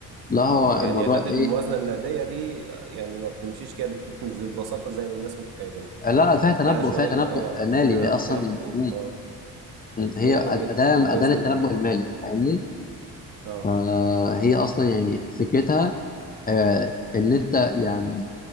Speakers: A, on the left; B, on the right.
A: لا هو
B: اه يعني
A: الموضوع
B: اعداد
A: ايه
B: الموازنة النقدية دي آه، يعني ما بتمشيش كده <laughs> مش بالبساطة زي ما الناس متخيلين
A: لا لا فيها تنبؤ
B: فيها شوية
A: فيها تنبؤ
B: اه فيها
A: مالي هي اصلا
B: فيها خطوط
A: م-
B: اه فيها
A: هي
B: يعني ايه
A: أداة
B: تخطيط كويس
A: أداة للتنبؤ
B: جدا اه
A: المالي فاهمني؟
B: اه
A: فهي أصلا يعني فكرتها آه، إن أنت يعني